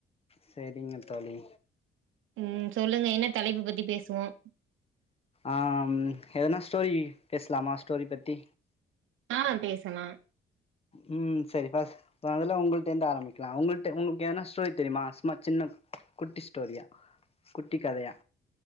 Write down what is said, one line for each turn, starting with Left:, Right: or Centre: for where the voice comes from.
Left: சேரிங்க தோழி
Right: உம் சொல்லுங்க என்ன தலைப்பு பத்தி பேசுவோம்
Left: ஆஹ் எதனா ஸ்டோரி பேசலாமா ஸ்டோரி பத்தி
Right: ஆ பேசலா
Left: உம் சரி பஸ் அதுல உங்கள்ட்ட இருந்து ஆரம்பிக்கலா உங்கள்ட உங்களுக்கு ஏதனா ஸ்டோரி தெரியுமா சும்மா சின்ன குட்டி ஸ்டோரியா குட்டி கதையா